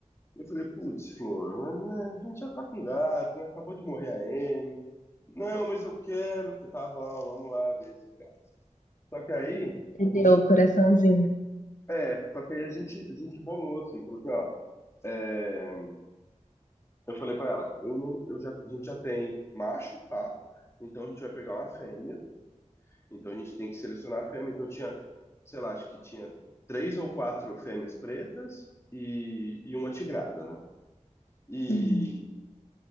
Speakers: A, on the left; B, on the left.
A: Eu falei, putz, Flor, mas, né, a gente já tá com gato, né? Acabou de morrer a Amy. Não, mas eu quero. Eu Falei, tá bom, vamos lá ver esses gatos. Só que aí,
B: Entendeu
A: a gente.
B: o coraçãozinho.
A: É, só que aí a gente, a gente bolou, assim, falou assim, ó. é, eu falei pra ela, eu não, eu já, a gente já tem macho, tá? Então a gente vai pegar uma fêmea. Então a gente tem que selecionar a fêmea. Então tinha, sei lá, acho que tinha três ou quatro fêmeas pretas e, e uma tigrada, né? E,
B: Uhum.